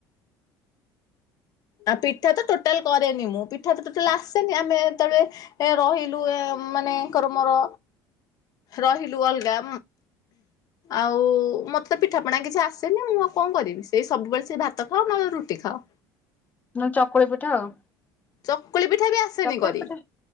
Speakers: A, on the left; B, on the left.
A: ଆଉ ପିଠା ତ ଟୋଟାଲ କରେନି ମୁଁ ପିଠା ତ ଟୋଟାଲ ଆସେନି ଆମେ ଯେତେବେଳେ ରହିଲୁ ଏ ମାନେ ଆଙ୍କର ମୋର ରହିଲୁ ଅଲଗା ଆଉ ମତେ ପିଠାପଣା କିଛି ଆସେନି ମୁଁ ଆଉ କଣ କରିବି ସେଇ ସବୁବେଳେ ସେ ଭାତ ଖାଉ ନହେଲେ ରୁଟି ଖାଉ।
B: ନହଲେ ଚକୁଳି ପିଠା ଆଉ
A: ଚକୁଳି ପିଠା ବି ଆସେନି
B: ଚକୁଳି
A: କରି
B: ପିଠା